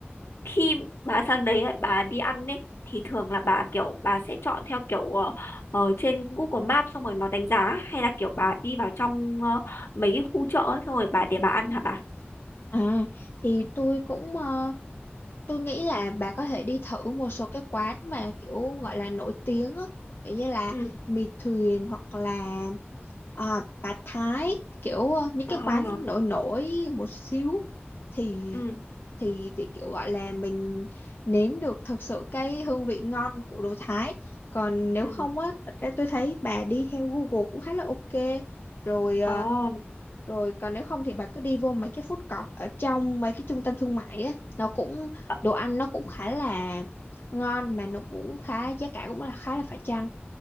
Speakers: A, on the left; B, on the left.
A: khi bà sang đấy ấy, bà đi ăn ấy thì thường là bà kiểu bà sẽ chọn theo kiểu ờ, ở trên Google Maps xong rồi nó đánh giá hay là kiểu bà đi vào trong ờ, mấy cái khu chợ ấy, xong rồi bà để bà ăn hả bà
B: à thì tôi cũng ờ, tôi nghĩ là bà có thể đi thử một số cái quán mà kiểu gọi là nổi tiếng á kiểu như là
A: ừ
B: mì thuyền hoặc là à, bà Thái kiểu ờ, những
A: Ờ,
B: cái quán nổi nổi một xíu thì
A: ừ,
B: thì thì kiểu gọi là mình nếm được thật sự cái hương vị ngon của đồ Thái còn nếu
A: ừ,
B: không á thật ra tôi thấy bà đi theo Google cũng khá là ok rồi ờ,
A: ồ,
B: rồi còn nếu không thì bà cứ đi vô mấy cái food court ở trong mấy cái trung tâm thương mại á nó cũng
A: ờ,
B: đồ ăn nó cũng khá là ngon mà nó cũng khá giá cả cũng là khá là phải chăng